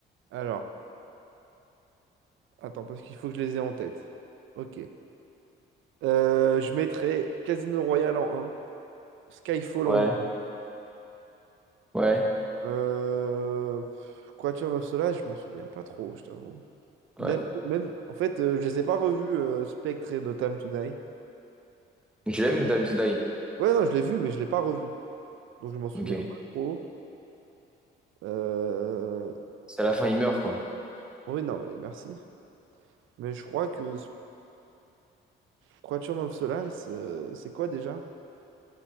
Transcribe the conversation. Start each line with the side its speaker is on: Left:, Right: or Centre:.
Right: Alors, attends, parce qu'il faut que je les ai en tête. Ok. Euh, je mettrais Casino Royale en un, Skyfall
Centre: Ouais,
Right: en 2.
Centre: ouais,
Right: Euh... pff, Quantum of Solace, je m'en souviens pas trop, je t'avoue.
Centre: ouais.
Right: Même, même- en fait, euh, je les ai pas revus, euh, Spectre et No Time to Die.
Centre: Tu l'as vu, Notam to Die?
Right: Ouais, non, je l'ai vu, mais je l'ai pas revu. Donc, je m'en souviens
Centre: Ok.
Right: pas trop. Euh,
Centre: C'est à la fin, il meurt, quoi.
Right: Oui, non, mais merci. Mais je crois que ce- Quatuor of Solace, euh, c'est quoi déjà?